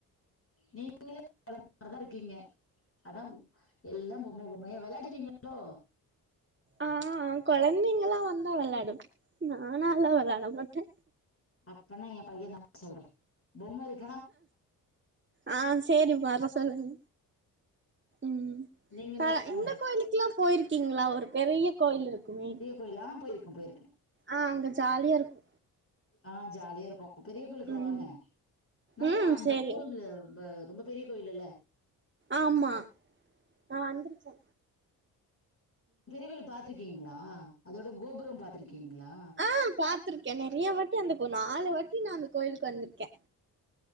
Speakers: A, on the left; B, on the right.
A: நீங்களு கொழந்த மாரிதா இருக்கீங்க அதா எல்லா பொம்ம பொம்யா ஏ விளையாடிவீங்களோ
B: ஆ கொழந்தைங்கல்லா வந்தா விளாடு நாலா அதுல விளாட மட்டே
A: அப்பனா என் பையன வர்சொல்றே பொம்ம இருக்
B: ஆ செரி வர சொல்லுங்க ம்
A: நீங்களு
B: <unintelligible>
A: வாங்க
B: இந்த கோயிலுக்குல்லா போயிருக்கீங்களா ஒரு பெரிய கோயில் இருக்குமே
A: கோயில்லா ஆ போயிருக்கே போயிருக்கே
B: ஆ அங்க ஜாலியா இருக்கு
A: ஆ ஜாலியா இருக்கு பெரிய கோயிலுக்கு
B: ம்
A: வாங்க நல்லா
B: ம்
A: அந்த
B: சேரி
A: கோயிலு ப ரொம்ப பெரிய கோயில்ல
B: ஆமா நா வந்திருக்கே
A: பெரிய கோயில் பாத்திருக்கீங்களா அதோட கோபுறோ பாத்திருக்கீங்களா
B: ஆ பாத்திருக்கே நெறைய வாட்டி அந்த கோ நாலு வாட்டி நா அந்த கோயிலுக்கு வந்திருக்கே